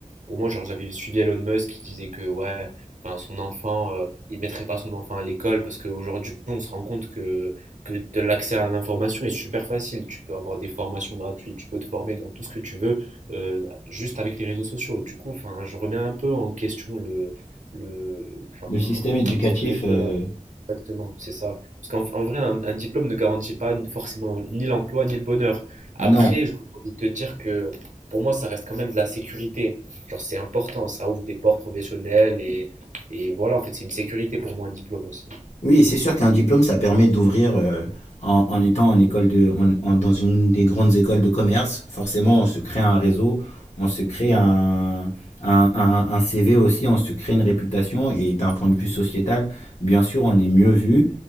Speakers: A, on the right (about 70°); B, on the left (about 60°).
A: pour moi, genre j'avais suivi Elon Musk qui disait que ouais, enfin son enfant, euh, il mettrait pas son enfant à l'école parce qu'aujourd'hui, on se rend compte que que l'accès à l'information est super facile. Tu peux avoir des formations gratuites, tu peux te former dans tout ce que tu veux, euh, juste avec les réseaux sociaux. Du coup, enfin, je remets un peu en question le, le, enfin,
B: Le système éducatif,
A: est-ce que l'école,
B: euh,
A: euh, exactement, c'est ça. Parce qu'en en vrai, un, un diplôme ne garantit pas forcément ni l'emploi ni le bonheur. Après,
B: non,
A: j'ai envie de te dire que pour moi, ça reste quand même de la sécurité. Genre, c'est important, ça ouvre des portes professionnelles et, et voilà, en fait, c'est une sécurité pour moi, un diplôme aussi.
B: Oui, c'est sûr qu'un diplôme, ça permet d'ouvrir euh, en, en étant en école de, en- en- dans une des grandes écoles de commerce. Forcément, on se crée un réseau, on se crée un, un, un- un CV aussi, on se crée une réputation et d'un point de vue sociétal, bien sûr, on est mieux vu